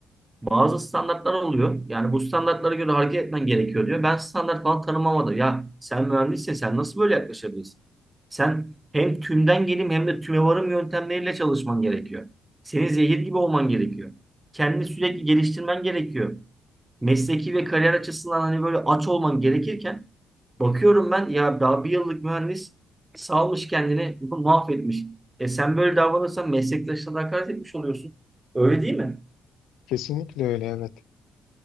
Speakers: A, on the right; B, on the left.
A: Bazı standartlar oluyor. Yani bu standartlara göre hareket etmen gerekiyor diyor. Ben standart falan tanımamadım. Ya sen mühendissin sen nasıl böyle yaklaşabilirsin? Sen hem tümden gelim hem de tüme varım yöntemleriyle çalışman gerekiyor. Senin zehir gibi olman gerekiyor. Kendini sürekli geliştirmen gerekiyor. Mesleki ve kariyer açısından hani böyle aç olman gerekirken bakıyorum ben ya daha bir yıllık mühendis salmış kendini <laughs> mahvetmiş. E sen böyle davranırsan meslektaşına da hakaret etmiş oluyorsun. Öyle değil mi?
B: Kesinlikle öyle evet.